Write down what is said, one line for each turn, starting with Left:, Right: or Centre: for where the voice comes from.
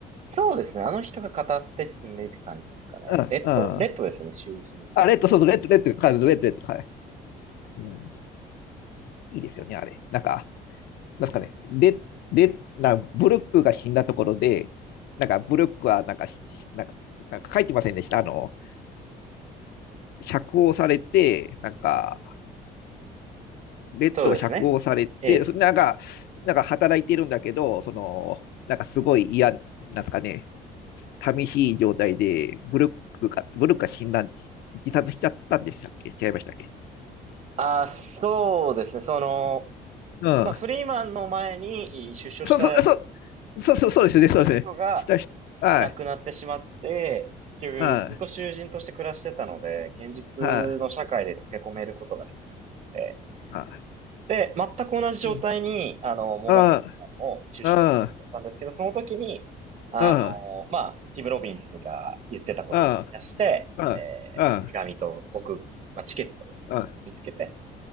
Right: そうですね。あの人が語って進んでいく感じですかね。
Left: うん、
Right: レッド、
Left: うん。
Right: レッドですよね、囚人違う。
Left: あ、レッド、そうそう、レッド、レッド、カード、レッド、レッド、はい。うん、いいですよね、あれ。なんか、なんですかね、レ、レ、な、ブルックが死んだところで、なんか、ブルックは、なんか、しなんか、なんか書いてませんでした。あの、釈放されて、なんか、ベッドが釈放されて、
Right: そうですね。ええ。
Left: そなんか、なんか働いてるんだけど、その、なんかすごい嫌、なんですかね、寂しい状態で、ブルックが、ブルックが死んだ、自殺しちゃったんでしたっけ違いましたっけ
Right: あ、そうですね。その、
Left: うん。
Right: まあ、フリーマンの前に出所した
Left: そうそう、そう、そうそう、そうですね、そうですね。
Right: 人が
Left: したし、はい、
Right: 亡くなってしまって、結局ずっと囚人として暮らしてたので、
Left: は
Right: 現実の社会で溶け込めることができなくて。
Left: い、はい、は
Right: で、全く同じ状態に、
Left: い。うん、
Right: あの、モーガン・
Left: うん、
Right: フリーマンも出所になっちゃったんですけど、
Left: うん、
Right: その時に、あの、
Left: うん、
Right: まあ、ティム・ロビンスが言ってたことを思い出して、
Left: うん、うん、
Right: えー手紙と航空、
Left: うん、
Right: まあ、チケットを見つけて、
Left: うん。